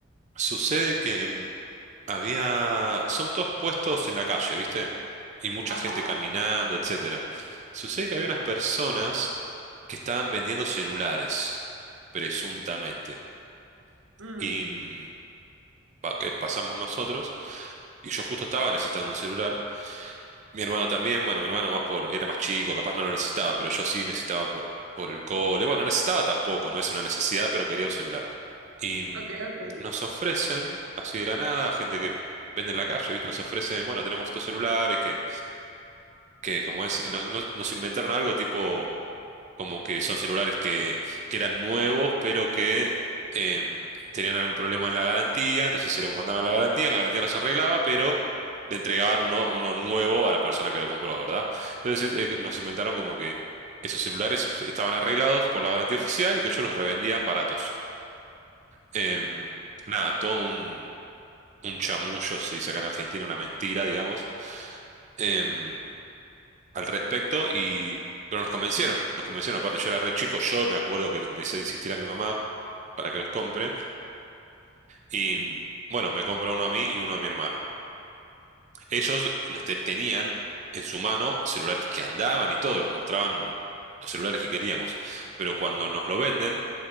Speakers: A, on the right (about 35°); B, on the right (about 85°).
A: Sucede que mm, había, son todos puestos en la calle, ¿viste? Y mucha
B: Ajá,
A: gente caminando, etcétera. Sucede que
B: ya.
A: había unas personas que estaban vendiendo celulares, presuntamente.
B: Mm,
A: Y mm, pa- que pasamos nosotros, y yo justo estaba necesitando un celular. Mi hermano también, bueno, mi hermano más por, era más chico, capaz no lo necesitaba, pero yo sí necesitaba por, por el cole. Bueno, necesitaba tampoco, no es una necesidad, pero quería un celular. Y mm,
B: ok, ok.
A: nos ofrecen, así de la nada, gente que vende en la calle, ¿viste? Nos ofrecen, bueno, tenemos estos celulares que, que como es, nos, nos- nos inventaron algo tipo como que son celulares que, que eran nuevos, pero que em, tenían algún problema en la garantía, entonces se los mandaba a la garantía, la garantía los arreglaba, pero le entregaban uno, uno nuevo a la persona que lo compró, ¿verdad? Entonces eh, nos inventaron como que esos celulares estaban arreglados por la garantía oficial y que ellos los revendían baratos. Em, nada, todo un, un chamullo, se dice acá en Argentina, una mentira, digamos. Em, al respecto y pero nos convencieron, nos convencieron, aparte yo era re chico, yo me acuerdo que le empecé a insistir a mi mamá para que los compre y mm, bueno, me compra uno a mí y uno a mi hermano. Ellos nos te- tenían en su mano celulares que andaban y todo y nos mostraban los celulares que queríamos, pero cuando nos lo venden,